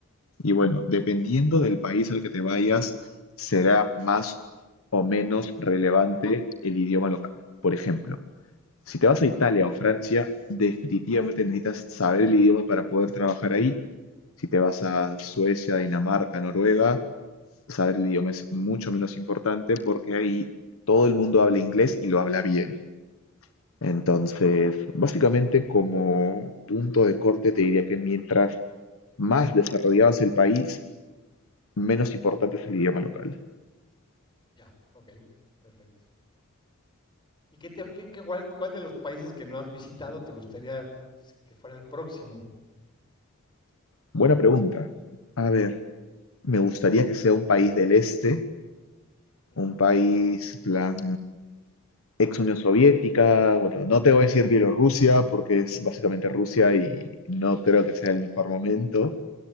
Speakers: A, on the left; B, on the left.
A: Y bueno, dependiendo del país al que te vayas, será más o menos relevante el idioma local. Por ejemplo, si te vas a Italia o Francia, definitivamente necesitas saber el idioma para poder trabajar ahí. Si te vas a Suecia, Dinamarca, Noruega, saber el idioma es mucho menos importante porque ahí todo el mundo habla inglés y lo habla bien. Entonces, básicamente como punto de corte te diría que mientras más desarrollado es el país, menos importante es el idioma local?
B: ya, ok, perfecto. ¿Y qué te, qué- qué- cuál, cuál de los países que no has visitado te gustaría si- que fuera el próximo?
A: Buena pregunta. A ver, me gustaría que sea un país del este,
B: Ujú.
A: un país plan ex Unión Soviética, bueno, no te voy a decir Bielorrusia porque es básicamente Rusia y no creo que sea el mejor momento,